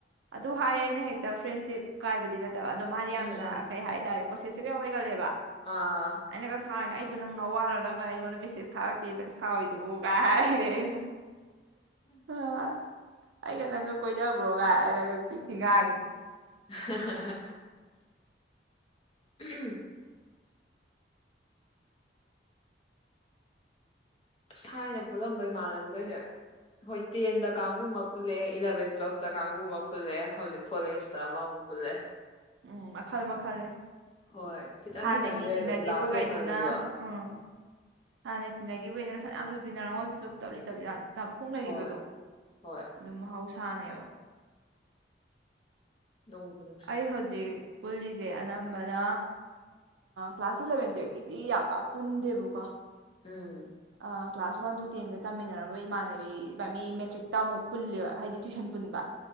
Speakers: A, on the right (about 85°); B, on the left (about 30°).
A: ꯑꯗꯨ ꯍꯥꯏꯌꯦꯅ ꯍꯦꯛꯇ ꯐ꯭ꯔꯦꯟꯁꯤꯞ ꯀꯥꯏꯕꯗꯤ ꯅꯠꯇꯦ ꯑꯗꯣ ꯃꯥꯗꯤ ꯌꯥꯝꯅ
B: ꯎꯝ ꯎꯝ
A: ꯀꯩ ꯍꯥꯏꯇꯥꯔꯦ ꯄꯣꯁꯦꯁꯤꯚ ꯌꯥꯝ ꯑꯣꯏꯒꯜꯂꯦꯕ
B: ꯑꯥ
A: ꯑꯩꯅꯒ ꯁꯥꯎꯑꯦ ꯑꯩ ꯅꯪ ꯅꯥꯋꯥꯔꯣ ꯅꯪꯅ ꯑꯩꯉꯣꯟꯗ ꯃꯦꯁꯦꯁ ꯊꯔꯛ ꯇꯦ ꯁꯥꯎꯏꯗꯨꯕꯣ ꯀꯥꯏ ꯍꯥꯏꯔꯤꯅꯦ ꯑꯩꯅ
B: ꯎꯝ
A: ꯑꯥ ꯑꯩꯒ ꯅꯪꯒ ꯀꯣꯏꯅꯕ꯭ꯔꯣꯒꯥꯏꯔꯒ ꯊꯤ ꯊꯤꯅ ꯉꯥꯡꯉꯤꯅꯤ
B: ꯍꯥꯍꯥꯍꯥ ꯎꯍꯝ ꯊꯥꯏꯅ ꯄꯨꯜꯂꯝꯕ ꯏꯃꯥꯟꯅꯕꯤꯈꯩꯁꯦ ꯍꯣꯏ ꯇꯦꯟꯗ ꯀꯥꯡꯕꯨ ꯑꯃ ꯄꯨꯜꯂꯦ ꯏꯂꯚꯦꯟ ꯇꯨꯋꯦꯜꯐꯇ ꯀꯥꯡꯕꯨ ꯑꯃ ꯄꯨꯜꯂꯦ ꯍꯧꯖꯤꯛ ꯀꯣꯂꯦꯖꯇ ꯑꯃꯃꯨꯛ ꯄꯨꯜꯂꯦ
A: ꯎꯝ ꯃꯈꯜ ꯃꯈꯜꯅꯦ
B: ꯍꯣꯏ ꯈꯤꯇꯪ
A: ꯍꯥꯟꯅꯒꯤ
B: ꯈꯤꯇꯪꯗꯤ
A: ꯇꯤꯟꯅꯈꯤꯕꯈꯩꯗꯨꯅ
B: ꯑꯗꯨꯝ ꯂꯥꯞꯊꯣꯛꯅꯒꯤꯀꯣ
A: ꯎꯝ ꯍꯥꯟꯅ ꯇꯤꯅꯒꯤꯕꯒꯩꯗꯨꯅ ꯐꯅ ꯂꯨꯅ ꯇꯤꯟꯅꯔꯝꯒꯁꯨ ꯑꯗꯨ ꯇꯞꯂꯤ ꯇꯞꯂꯤ ꯂꯥꯞꯊꯣꯛꯅꯈꯤꯕꯗꯣ
B: ꯍꯣꯏ ꯍꯣꯏ
A: ꯑꯗꯨꯝ ꯃꯍꯥꯎꯁ ꯁꯥꯅꯦꯕ
B: ꯅꯨꯡꯕꯨ ꯅꯨꯡꯁꯤ
A: ꯑꯩ ꯍꯧꯖꯤꯛ ꯄꯨꯜꯂꯤꯁꯦ ꯑꯅꯝꯕꯅ ꯀ꯭ꯂꯥꯁ ꯏꯂꯚꯦꯟ ꯇꯨꯌꯦꯜꯞꯀꯤꯗꯤ ꯌꯥꯝ ꯄꯥꯛ ꯄꯨꯟꯗꯦꯕꯀꯣ
B: ꯎꯝ
A: ꯑ, ꯀ꯭ꯂꯥꯁ ꯋꯥꯟ ꯇꯨ ꯇꯦꯟꯗ ꯇꯝꯃꯤꯟꯅꯔꯝꯕ ꯏꯃꯥꯟꯅꯕꯤꯕꯥ ꯃꯤ ꯃꯦꯇ꯭ꯔꯤꯛꯇ ꯑꯃꯨꯛ ꯄꯨꯜꯂꯦꯕ ꯍꯥꯏꯗꯤ ꯇꯨꯋꯏꯁꯟ ꯄꯨꯟꯕ